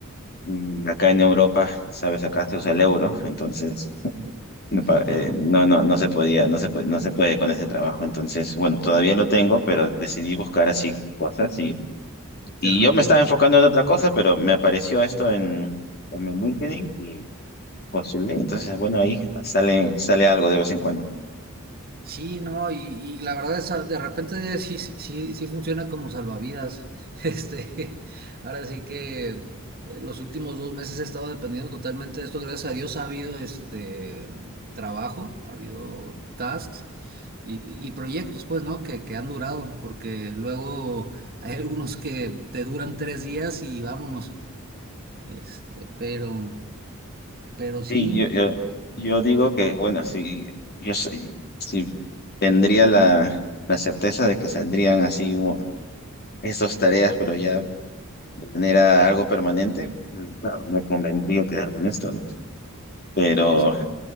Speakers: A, on the left (about 45°); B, on the right (about 45°).
A: Y acá en Europa, sabes, acá se usa el euro, entonces me
B: Sí,
A: pa-
B: claro.
A: eh, no, no, no se podía, no se, po- no se puede con ese trabajo. Entonces, bueno, todavía lo tengo, pero decidí buscar así cosas y,
B: Alternativa.
A: y yo me estaba enfocando en otra cosa, pero me apareció esto en, en mi LinkedIn y postulé. Entonces, bueno, ahí sale, sale algo de vez en cuando.
B: Sí, no, y, y la verdad es ah, de repente sí, sí, sí sí funciona como salvavidas. <laughs> Este, ahora sí que eh, los últimos dos meses he estado dependiendo totalmente de esto. Gracias a Dios ha habido este trabajo, ha habido tasks y, y proyectos, pues, ¿no? Que, que han durado, porque luego hay algunos que te duran tres días y vámonos. Este, pero, pero sí.
A: Y yo, yo, yo digo que, bueno, si yo soy- si tendría la, la certeza de que saldrían así un- estas tareas, pero ya de manera algo permanente, mm, claro, me convendría quedarme en esto, ¿no? Pero
B: Sí.